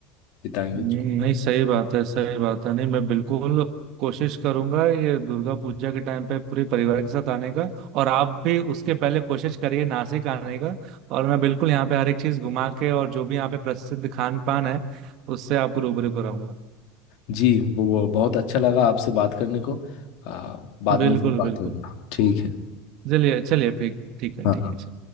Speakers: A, on the left; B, on the right.
A: बिताएंगे
B: हम्म, नहीं सही बात है सही बात है नहीं मैं बिल्कुल कोशिश करूंगा ये दुर्गा पूजा के टाइम पे पूरे परिवार के साथ आने का और आप भी उसके पहले कोशिश करिए नासिक आने का और मैं बिल्कुल यहाँ पे हर एक चीज घुमा के और जो भी यहाँ पे प्रसिद्ध खान पान है उससे आपको रूबरू कराऊंगा
A: जी वो, वो बहुत अच्छा लगा आपसे बात करने को आ, बाद
B: बिल्कुल
A: में फिर बात
B: बिल्कुल
A: होगी ठीक है
B: चलिए चलिए फिर ठीक है
A: हाँ
B: ठीक है